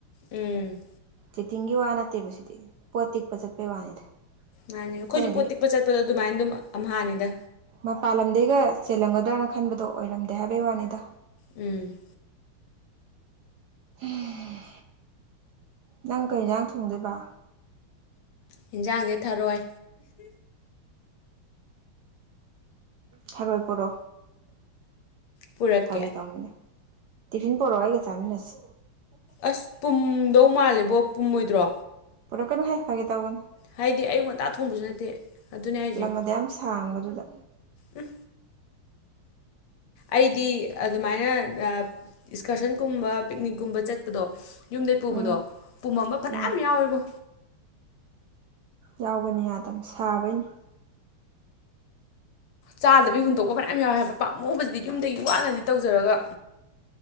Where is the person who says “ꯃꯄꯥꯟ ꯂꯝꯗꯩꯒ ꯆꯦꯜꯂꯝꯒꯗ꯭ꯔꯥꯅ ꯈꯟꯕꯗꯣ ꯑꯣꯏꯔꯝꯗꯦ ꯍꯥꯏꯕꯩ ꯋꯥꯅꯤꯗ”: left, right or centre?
Right